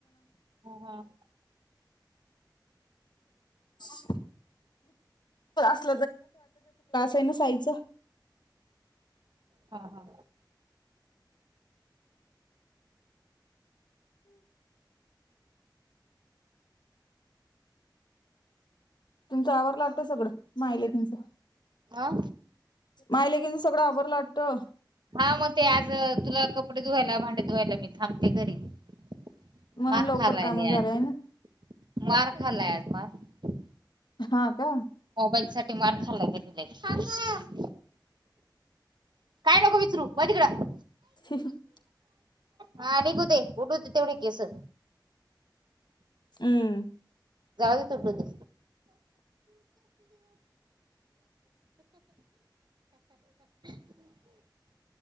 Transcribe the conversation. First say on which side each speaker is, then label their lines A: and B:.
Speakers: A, on the right; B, on the left.
A: हम् हम
B: <unintelligible> क्लास आहे ना साईवचा
A: हा हा
B: तुमच आवरलं वाटतं सगळं मायलेकींचं
A: हा
B: मायलेकींचं सगळं आवरलं वाटतं
A: हा मग ते आज तुला कपडे धुवायला भांडे धुवायला मी थांबते घरी मार
B: म्हणून लवकर
A: खालाय
B: काम
A: नाही
B: झालंय
A: आत
B: ना
A: मार खालाय आज मार
B: हा का
A: मोबाईल साठी मार खाल्लाय तेनी लय काय नको विचरू व्हय तिकडं
B: <unintelligible>
A: हा निघूते <unintelligible> तेवढे केस
B: हम्म
A: जाऊदे तुटूदे <unintelligible>